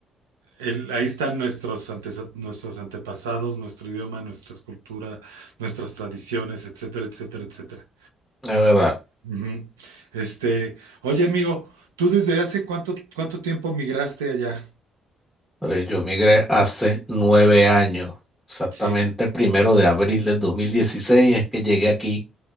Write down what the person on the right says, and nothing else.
el- ahí están nuestros, antes- nuestros antepasados, nuestro idioma, nuestras culturas, nuestras tradiciones, etcétera, etcétera, etcétera.
Ujú. Este, oye, amigo, ¿tú desde hace cuánto, cuánto tiempo migraste allá?
Sí,